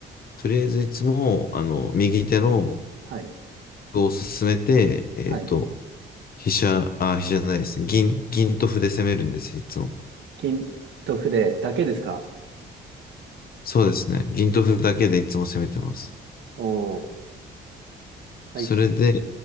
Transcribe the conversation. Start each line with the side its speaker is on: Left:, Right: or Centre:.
Left: とりあえずいつも、あの、右手の
Right: はい、
Left: 歩を進めて、えっと、
Right: はい、
Left: 飛車、あ、飛車じゃないですね。銀、銀と歩で攻めるんです、いつも。
Right: 金と筆だけですか
Left: そうですね。銀と歩だけでいつも攻めてます。
Right: おー、はい、
Left: それで、